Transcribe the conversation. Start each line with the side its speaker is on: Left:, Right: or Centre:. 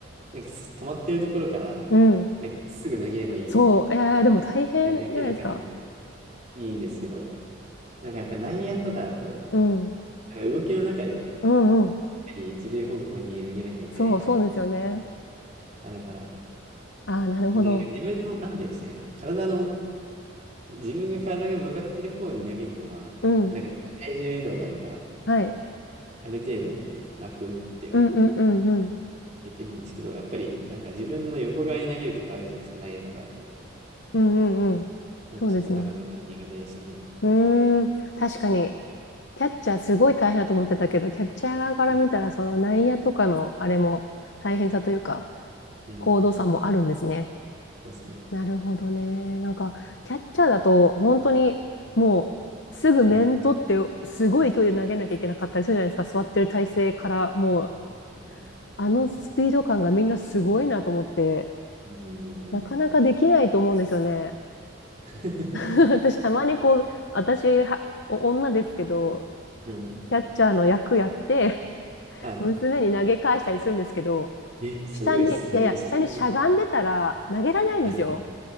Right: なんかす止まってるところから
Left: うん。
Right: すぐ投げればいい
Left: そう、えー、でも大変じゃないですか。
Right: だだけだからいいんですけど、なんかやっぱ内野とかだと、
Left: うん。
Right: なんか動きの中で
Left: うんうん。
Right: 一塁方向に投げなきゃいけないみたいなの
Left: そう、そうですよね。
Right: あるから、
Left: ああ、なるほど。
Right: でもなんか自分の、なんていうんですかね、体の、自分が体が向かってる方に投げるのは、
Left: うん。
Right: なんか体重移動があるから、
Left: はい。
Right: ある程度楽っていうか、
Left: うんうんうんうん。
Right: できるんですけど、やっぱりなんか自分の横側に投げるとかあるじゃないですか、内野とかだと。
Left: うんうんうんそうですね。
Right: うんちょっとなかなか苦手でしたね。
Left: うん。うーん。確かに、キャッチャーすごい大変だと思ってたけど、キャッチャー側から見たら、
Right: うん、
Left: その内野とかのあれも大変さというか、
Right: うん、
Left: 高度差もあるんですね。
Right: そうですね。
Left: なるほどね。なんか、キャッチャーだと、本当に、もう、すぐ面取って、
Right: うん。
Left: すごい勢いで投げなきゃいけなかったりするじゃないですか。座ってる体勢から、もう、
Right: うん
Left: あのスピード感がみんなすごいなと思って、
Right: うんうんうん。
Left: なかなかできないと思うんですよね。
Right: <laughs>
Left: <laughs> 私、たまにこう、私は、お女ですけど、
Right: うん。
Left: キャッチャーの役やって、<laughs>
Right: は
Left: 娘に投げ返したりするんですけど、
Right: い。え、すごいです。
Left: 下に、いやいや、
Right: すごい。そんな。
Left: 下にしゃがんでたら投げられないんですよ。
Right: はいはい。